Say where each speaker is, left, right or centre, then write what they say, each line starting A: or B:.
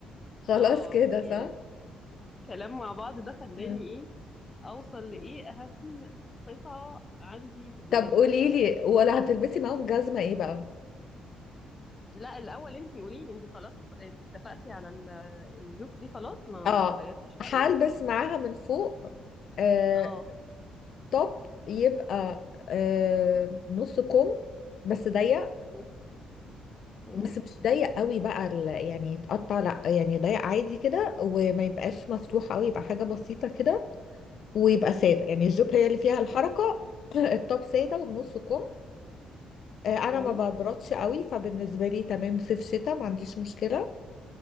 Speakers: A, on the left; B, on the left.
A: خلاص
B: اه
A: كده
B: يعني
A: صح
B: كلام مع بعض ده خلاني
A: مم.
B: ايه اوصل لايه اهم قطعة عندي في الدولاب
A: طب قولي لي ولا هتلبسي معاهم جزمه ايه بقى
B: لا الاول انتي قولي لي انتي خلاص اتفقتي على ال- الجروب دي خلاص ما
A: اه
B: ما غيرتيش رأيك
A: هلبس معاها من فوق آه،
B: اه
A: توب يبقى آه، نص كم بس ضيق
B: م- م-
A: بس مش ضيق قوي بقى ال- يعني يتقطع لا يعني ضيق عادي كده وما يبقاش مفتوح قوي يبقى حاجة بسيطة كده ويبقى
B: م-
A: سادة يعني الجوب هي اللي فيها الحركة <clears throat> التوب سادة وبنص كم آه، انا
B: م-
A: ما ببردش قوي فبالنسبة لي تمام صيف شتاء ما عنديش مشكلة